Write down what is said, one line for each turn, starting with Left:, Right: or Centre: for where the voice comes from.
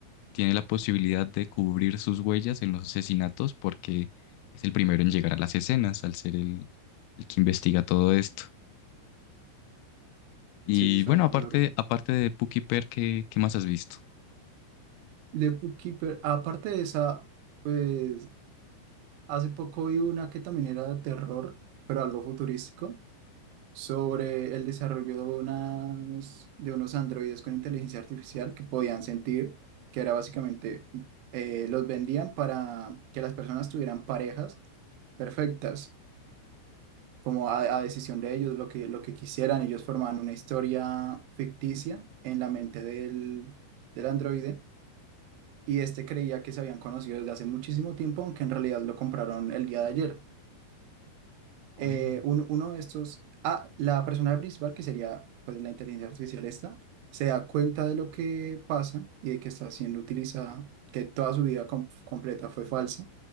Left: tiene la posibilidad de cubrir sus huellas en los asesinatos porque es el primero en llegar a las escenas al ser el, el que investiga todo esto. Y
Right: Sí, suena
Left: bueno, aparte,
Right: súper bien.
Left: aparte de Puki Per, ¿qué, qué más has visto?
Right: De Bookkeeper, aparte de esa, pues hace poco vi una que también era de terror, pero algo futurístico. sobre el desarrollo de, unas, de unos androides con inteligencia artificial que podían sentir, que era básicamente, eh, los vendían para que las personas tuvieran parejas perfectas, como a, a decisión de ellos, lo que, lo que quisieran. Ellos formaban una historia ficticia en la mente del, del androide y este creía que se habían conocido desde hace muchísimo tiempo, aunque en realidad lo compraron el día de ayer. eh,
Left: Oh,
Right: un- uno de estos, ah, la persona principal, que sería pues, la inteligencia artificial esta, se da cuenta de lo que pasa y de que está siendo utilizada, que toda su vida com- completa fue falsa,